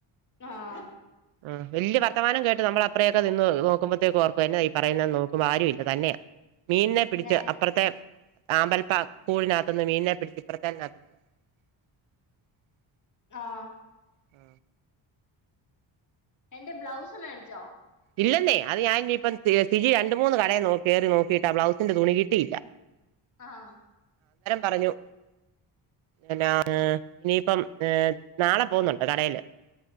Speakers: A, on the left; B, on the right.
A: ആഹ്
B: ആ വല്യ വർത്തമാനം കേ നമ്മൾ അത്രയൊക്കെ നിന്ന് നോക്കുമ്പോത്തേക്കും ഓർക്കും എന്ന ഈ പറയുന്നത് നോക്കുമ്പോ ആരും ഇല്ല തന്നെയാ മീനിനെ
A: പിന്നെ
B: പിടിച്ച് അപ്പുറത്തെ ആമ്പൽപ്പ കൂടിനകത്തുന്ന് മീനിനെ പിടിച്ച് ഇപ്പറ <unintelligible>
A: ആ
B: ആ
A: എന്റെ ബ്ലൗസ് മേടിച്ചോ
B: ഇല്ലന്നേ അത് ഞാനിനി ഇപ്പം തി തിജി രണ്ട് മൂന്ന് കടയിൽ കയറി നോക്കിയിട്ട് ആ ബ്ലൗസിന്റെ തുണി കിട്ടില്ല
A: ആഹ്
B: പറഞ്ഞു പിന്നാന്ന് ഇനിയിപ്പം ഏ നാളെ പോകുന്നുണ്ട് കടയില്